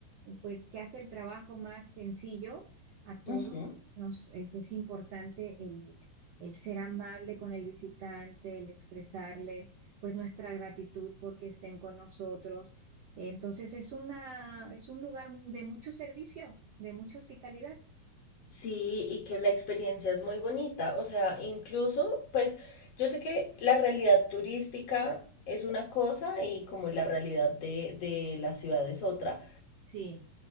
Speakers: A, on the right (about 85°); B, on the left (about 50°).
A: pues que hace el trabajo más sencillo. A todos
B: Ujú.
A: nos es, es importante el, el ser amable con el visitante, el expresarle pues nuestra gratitud porque estén con nosotros. Entonces es una, es un lugar de mucho servicio, de mucha hospitalidad.
B: Sí, y que la experiencia es muy bonita. O sea, incluso, pues yo sé que la realidad turística es una cosa y como la realidad de, de la ciudad es otra,
A: Sí,